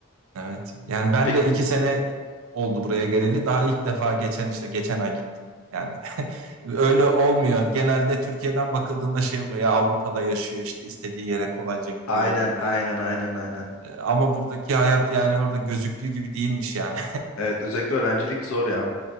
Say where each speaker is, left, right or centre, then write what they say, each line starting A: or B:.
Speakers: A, on the right (about 80°); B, on the left (about 85°).
A: Evet. Yani ben
B: Pek
A: de iki sene oldu buraya geleli. Daha ilk defa geçen işte geçen ay gittim. Yani <laughs> öyle olmuyor. Genelde Türkiye'den bakıldığında şey oluyor ya Avrupa'da yaşıyor işte istediği yere kolayca gidiyor.
B: aynen aynen aynen aynen.
A: E, Ama buradaki hayat yani orada gözüktüğü gibi değilmiş yani.
B: Evet özellikle öğrencilik zor ya.